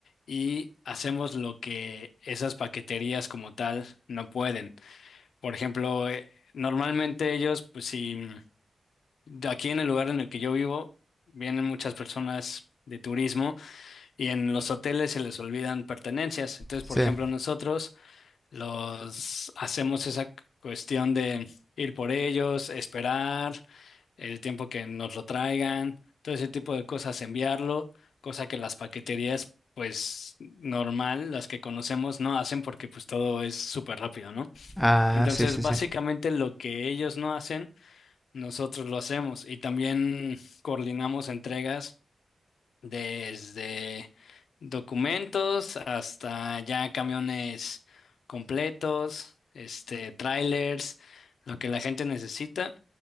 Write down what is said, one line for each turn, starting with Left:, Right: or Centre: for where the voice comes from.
Left: y hacemos lo que esas paqueterías como tal no pueden. Por ejemplo, eh, normalmente ellos, pues si de aquí en el lugar en el que yo vivo, vienen muchas personas de turismo. Y en los hoteles se les olvidan pertenencias. Entonces,
Centre: sí.
Left: por ejemplo, nosotros los hacemos esa cuestión de ir por ellos, esperar el tiempo que nos lo traigan, todo ese tipo de cosas, enviarlo, cosa que las paqueterías, pues normal, las que conocemos, no hacen porque pues todo es súper rápido, ¿no?
Centre: Ah,
Left: Entonces,
Centre: sí, sí,
Left: básicamente
Centre: sí.
Left: lo que ellos no hacen, nosotros lo hacemos y también coordinamos entregas desde documentos hasta ya camiones completos, este, trailers, lo que la gente necesita